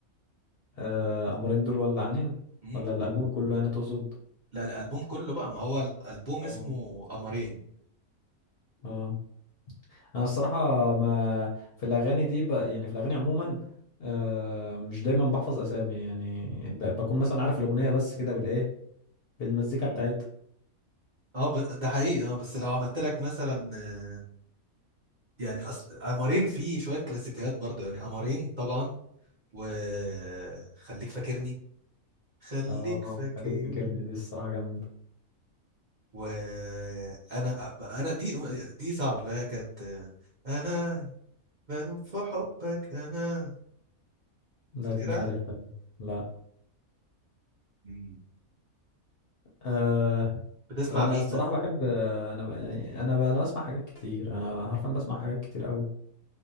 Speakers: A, on the left (about 55°); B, on the right (about 45°).
A: آه امرين دول ولا عنين
B: مم.
A: ولا الالبوم كله يعني تقصد
B: لا الالبوم كله بقى ما هو الالبوم
A: اه
B: اسمه قمرين
A: اه انا الصراحه ما في الاغاني دي ب... يعني في الاغاني عموما آه مش دايما بحفظ اسامي يعني ب... بكون مثلا عارف الاغنيه بس كده بالايه بالمزيكا
B: مم.
A: بتاعتها
B: اه ب- ده حقيقي اه بس لو عملت لك مثلا آه، يعني اصل قمرين فيه شوية كلاسيكيات برضه يعني قمرين طبعا وخليك فاكرني خليك
A: اه
B: فاكرني
A: خليك فاكرني دي الصراحه جامده
B: وانا انا دي دي صعبه اللي هي كانت انا بنوب في حبك انا
A: لا
B: فاكرها
A: دي مش عارفها دي. لا
B: مم.
A: آه،
B: بتسمع
A: انا
B: مين
A: الصراحه
B: مثلا
A: بحب انا ب- يعني انا ب- انا بسمع حاجات كتير انا حرفيا بسمع حاجات كتير قوي